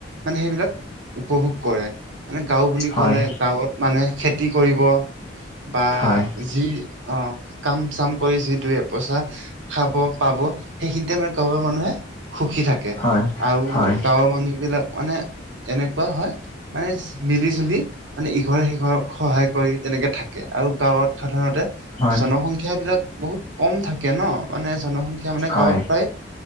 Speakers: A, on the right; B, on the left.
A: মানে সেইবিলাক উপভোগ কৰে। মানে গাঁও বুলি
B: হয়
A: ক'লে গাঁৱত মানুহে খেতি কৰিব বা
B: হয়
A: যি অ', কাম চাম কৰি যি দুই পইচা খাব পাব সেইখিনিতে আমাৰ গাঁৱৰ মানুহে সুখী থাকে
B: হয়
A: আৰু
B: হয়
A: গাঁৱৰ মানুহ বিলাক মানে এনেকুৱা হয় মানে মিলি জুলি মানে ইঘৰ সিঘক সহায় কৰি তেনেকে থাকে। আৰু গাঁৱত সাধাৰণতে
B: হয়
A: জনসংখ্যা বিলাক বহুত কম থাকে ন মানে জনসংখ্যা মানে
B: হয়
A: গাঁৱত প্ৰায়